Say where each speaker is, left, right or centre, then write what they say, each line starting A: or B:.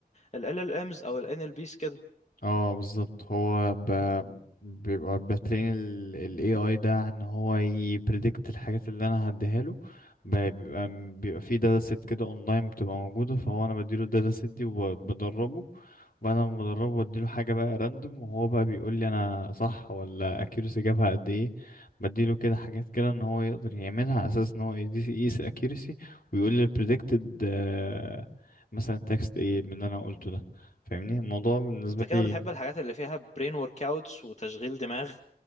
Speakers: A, on the left; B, on the left.
A: ال LLMs او ال NLPs كده
B: اه بالظبط هو ب... بيبقى بترين ال ال AI ده ان هو يبريدكت الحاجات اللي انا هديها له ب- بيبقى بيبقى في داتا سيت كده اونلاين بتبقى موجودة فهو انا بديله الداتا سيت دي وبدربه وبعد ما بدربه بديله حاجة بقى راندوم وهو بقى بيقول لي انا صح ولا accuracy جابها قد ايه بديله كده حاجات كده ان هو يقدر يعملها على اساس ان هو يقيس يقيس ال accuracy ويقول لي predicted آه، مثلا تكست ايه من اللي انا قلته ده فاهمني الموضوع بالنسبة
A: انت كده
B: لي
A: بتحب الحاجات اللي فيها brain workouts وتشغيل دماغ